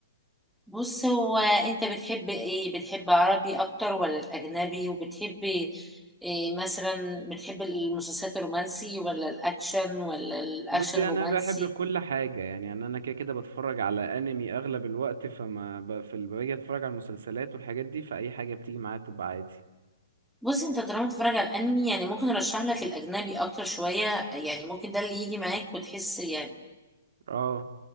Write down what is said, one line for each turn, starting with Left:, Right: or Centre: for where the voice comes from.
Centre: بص هو انت بتحب ايه بتحب عربي اكتر ولا الاجنبي وبتحب إيه مثلا بتحب المسلسلات الرومانسي ولا الاكشن ولا الاكشن
Right: بصي
Centre: الرومانسي
Right: أنا بحب كل حاجة يعني أنا أنا كده كده بتفرج على أنمي أغلب الوقت فما ب... في ال- باجي أتفرج على المسلسلات والحاجات دي فأي حاجة بتيجي معايا تبقى عادي
Centre: بص انت طالما بتتفرج على الانمي يعني ممكن ارشح لك الاجنبي اكتر شويه يعني ممكن ده اللي يجي معاك وتحس يعني
Right: اه